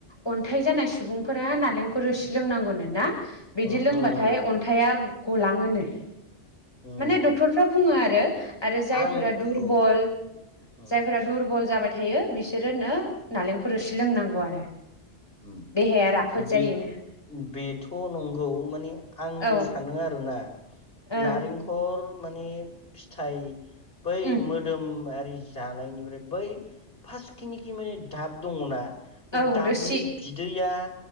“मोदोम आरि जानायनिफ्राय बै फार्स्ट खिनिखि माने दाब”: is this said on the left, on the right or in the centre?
Left